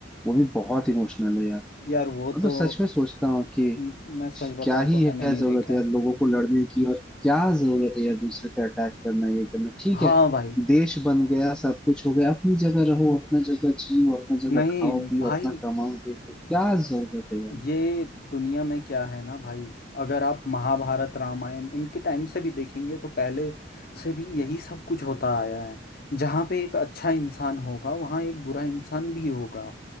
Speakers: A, in the centre; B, on the left.
A: वो भी बहुत इमोशनल है यार
B: यार वो
A: मतलब
B: तो
A: सच में सोचता हूँ कि
B: म- मैं सच बताऊं
A: क्या
B: तो
A: ही
B: मैंने
A: है
B: नहीं
A: जरूरत
B: देखा
A: यार
B: है
A: लोगों को लड़ने की और क्या जरूरत है यार दूसरे पे अटैक करना ये करना ठीक
B: हाँ
A: है
B: भाई
A: देश बन गया सब कुछ हो गया अपनी जगह रहो अपना जगह जियो अपना जगह
B: नहीं
A: खाओ पियो
B: भाई
A: अपना कमाओ देखो क्या जरूरत है यार
B: ये दुनिया में क्या है ना भाई अगर आप महाभारत रामायण इनके टाइम से भी देखेंगे तो पहले से भी यही सब कुछ होता आया है जहाँ पे एक अच्छा इंसान होगा वहाँ एक बुरा इंसान भी होगा